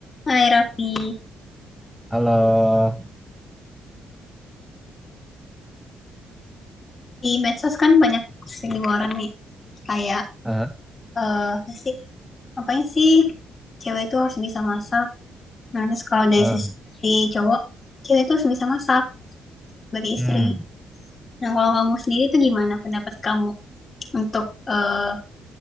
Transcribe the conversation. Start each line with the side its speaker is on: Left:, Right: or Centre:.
Left: Hai Raffi,
Centre: Halo.
Left: di medsos kan banyak seliweran nih, kayak
Centre: Ah,
Left: eh apa sih, ngapain sih cewek itu harus bisa masak, nah terus kalau dari
Centre: ah,
Left: sisi si cowok, cewek itu harus bisa masak sebagai istri.
Centre: hmm.
Left: Nah kalau kamu sendiri tuh gimana pendapat kamu untuk eh